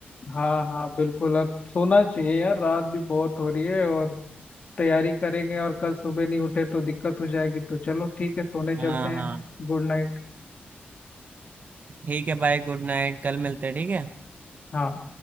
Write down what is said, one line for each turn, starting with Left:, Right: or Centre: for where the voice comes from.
Left: हाँ हाँ बिल्कुल अब सोना चाहिए यार रात भी बहुत हो रही है और तैयारी करेंगे और कल सुबह नहीं उठे तो दिक्कत हो जाएगी तो चलो ठीक है सोने चलते
Right: हाँ
Left: हैं
Right: हाँ
Left: Good night
Right: ठीक है भाई गुड नाइट कल मिलते हैं ठीक है
Left: हाँ